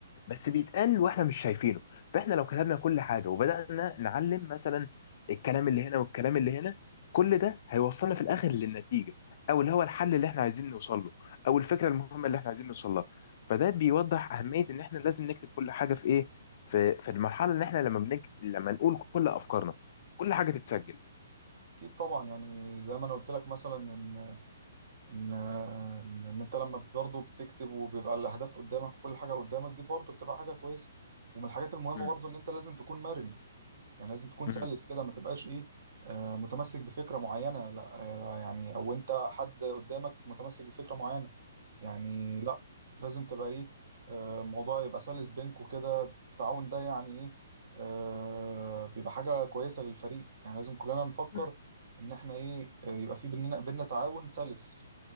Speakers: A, on the left; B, on the right.
A: بس بيتقال واحنا مش شايفينه فاحنا لو كتبنا كل حاجه وبدانا نعلم مثلا الكلام اللي هنا والكلام اللي هنا كل ده هيوصلنا في الاخر للنتيجه او اللي هو الحل اللي احنا عايزين نوصل له او الفكره المهمه اللي احنا عايزين نوصل لها فده بيوضح اهميه ان احنا لازم نكتب كل حاجه في ايه في في المرحله اللي احنا لما بنج... لما نقول كل افكارنا كل حاجه تتسجل
B: أكيد طبعاً، يعني زي ما انا قلت لك مثلا ان ان ان إن انت لما برضه بتكتب وبيبقى الاهداف قدامك وكل حاجه قدامك دي برضه بتبقى حاجه كويسه ومن الحاجات المهمه
A: امم
B: برضه ان انت لازم تكون مرن يعني لازم تكون
A: امم
B: سلس كده ما تبقاش ايه آه، متمسك بفكره معينه لا آه، يعني او انت حد قدامك متمسك بفكره معينه يعني لا لازم تبقى ايه آه، الموضوع يبقى سلس بينكوا كده التعاون ده يعني ايه آه، بيبقى حاجه كويسه للفريق يعني لازم كلنا نفكر
A: امم
B: ان احنا ايه آه، يبقى في بيننا بيننا تعاون سلس